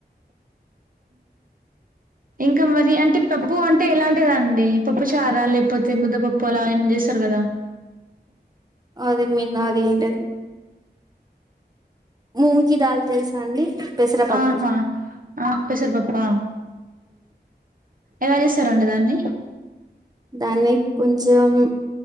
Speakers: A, on the right; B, on the right.
A: ఇంకా మరి అంటే పప్పు అంటే ఎలాంటిదండి. పప్పు చారా లేకపోతే ముద్ద పప్పు అలా ఏం చేస్తారు కదా?
B: అదే మన్న అది ఏంటది మూంగకి దాల్. తెలుసా అండి పెసర పప్పు.
A: ఆహా ఆ పెసరపప్పా ఎలా చేశారండి దాన్ని?
B: దాన్ని కొంచెం